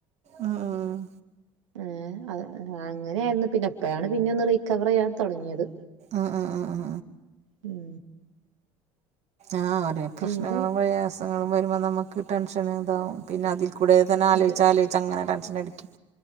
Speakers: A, on the right (about 45°); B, on the right (about 85°).
A: ഉം ഉം
B: ഏഹ് അ അങ്ങനെയ ആയിരുന്നു പിന്നെ ഇപ്പോഴാണ് പിന്നെ ഒന്ന് റീക്കവെറയ്യാൻ തൊടങ്ങിയത്
A: ആഹ് ആ ആ ആ
B: ഉം
A: ആഹ് ഒരേ പ്രശ്നങ്ങളും
B: ഇത്
A: പ്രയാസങ്ങളും വരുമ്പോൾ നമുക്ക് ടെൻഷന് ഇതാവും പിന്നെ അതി ൽകൂടെ തന്നെ ആലോചിച്ച്
B: അത്
A: ആലോചിച്ചാ അങ്ങനെ ടെൻഷൻ അടിക്കും